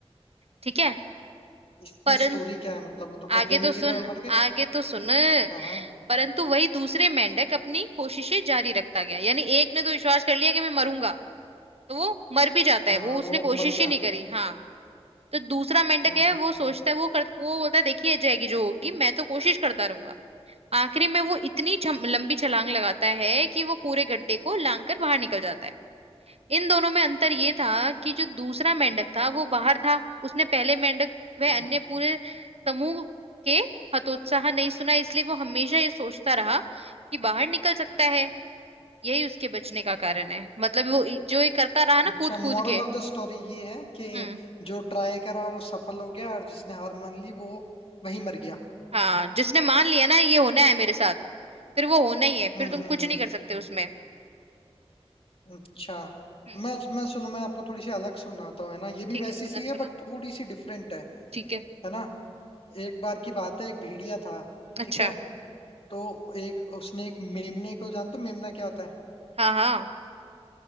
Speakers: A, on the right; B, on the left.
A: ठीक है
B: इसमें
A: परं
B: स्टोरी क्या है मतलब वो तो खड्डे
A: आगे
B: में
A: तो
B: गिरे
A: सुन
B: और मर गए
A: आगे तो सुन
B: हाँ हाँ
A: परंतु वही दूसरे मेंढक अपनी कोशिशें जारी रखता गया यानी एक ने तो विश्वास कर लिया कि मैं मरूंगा तो वो मर भी जाता
B: हाँ
A: है
B: हाँ
A: वो
B: और
A: उसने
B: वो
A: कोशिश
B: मर गया
A: ही नहीं करी हाँ तो दूसरा मेंढक
B: हम्म
A: है
B: हम्म,
A: वो सोचता है वो कर, वो बोलता है देखिए जाएगी जो होगी मैं तो कोशिश करता रहूंगा आखिरी में वो इतनी छम- लंबी छलांग लगाता है कि वो पूरे गड्ढे को लांग कर बाहर निकल जाता है इन दोनों में अंतर ये था कि जो दूसरा मेंढक था वो बाहर था उसने पहले मेंढक वह
B: ओ
A: अन्य पूरे समूह के हतोत्साह नहीं सुना इसलिए वो हमेशा ये सोचता रहा कि बाहर निकल सकता है यही उसके बचने का कारण है मतलब वो इ- जो ये करता रहा ना
B: अच्छा
A: कूद
B: मोरल
A: कूद के
B: ऑफ द स्टोरी ये है कि
A: हम्म
B: जो ट्राई करा वो सफल हो गया और जिसने हार मान ली वो वहीं मर गया
A: हाँ जिसने मान लिया ना ये होना है मेरे साथ फिर वो होना ही है
B: हम्म
A: फिर तुम
B: हम्म
A: कुछ नहीं कर सकते उसमें
B: हम्म अच्छा
A: हम्म
B: मैं मैं सुनू मैं आपको थोड़ी सी अलग सुनाता हूँ है ना ये भी
A: ठीक
B: वैसी
A: है सुना
B: सी है
A: सुना
B: बट थोड़ी सी डिफरेंट है
A: ठीक है
B: है ना एक बार की बात है एक भेड़िया था
A: अच्छा
B: ठीक है तो एक उसने एक मेमने को जानते हो मेमना क्या होता है
A: हाँ हाँ